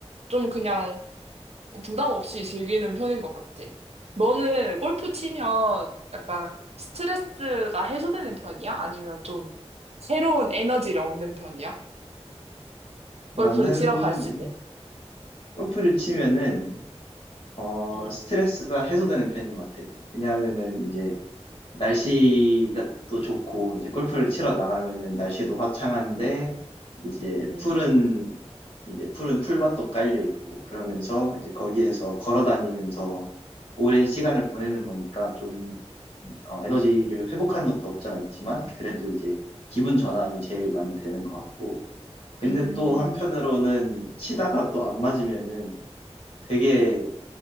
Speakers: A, on the right; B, on the left.
A: 좀 그냥 부담 없이 즐기는 편인 것 같아. 너는 골프 치면 약간 스트레스가 해소되는 편이야? 아니면 좀 새로운 에너지를 얻는 편이야?
B: 나는
A: 골프를 치러 갔을 때.
B: 골프를 치면은 어,
A: 응,
B: 스트레스가 해소되는 편인 것 같아. 왜냐하면은 이제 날씨가 또 좋고 이제 골프를 치러 나가면은 날씨도 화창한데 이제
A: 응,
B: 풀은 이제 푸른 풀밭도 깔려 있고 그러면서 이제 거기에서 걸어 다니면서 오랜 시간을 보내는 거니까 좀 어, 에너지를 회복하는 것도 없잖아 있지만 그래도 이제 기분 전환이 제일 많이 되는 것 같고 근데
A: 음.
B: 또 한편으로는 치다가 또 안 맞으면은 되게